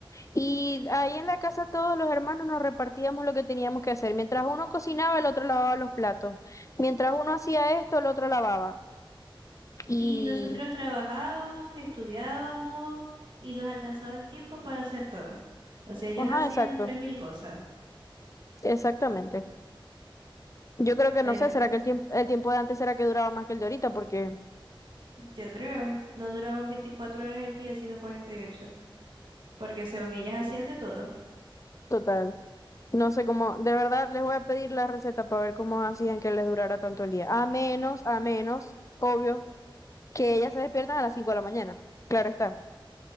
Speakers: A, on the left; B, on the right.
A: Y ahí en la casa todos los hermanos nos repartíamos lo que teníamos que hacer. Mientras uno cocinaba, el otro lavaba los platos. Mientras uno hacía esto, el otro lavaba. Y,
B: Y nosotros trabajábamos, estudiábamos y nos alcanzaba el tiempo para hacer todo. O sea, ellos
A: ajá,
B: hacían
A: exacto,
B: 3.000 cosas,
A: exactamente. Yo creo que
B: pero
A: no sé, será que el tiempo, el tiempo de antes será que duraba más que el de ahorita, porque,
B: yo creo, no duraban veinticuatro horas el día, sino 48, porque según ellas hacían de todo.
A: total, no sé cómo, de verdad les voy a pedir la receta para ver cómo hacían que les durara tanto el día. A menos, a menos, obvio, que ellas se despiertan a las 5 de la mañana. Claro está.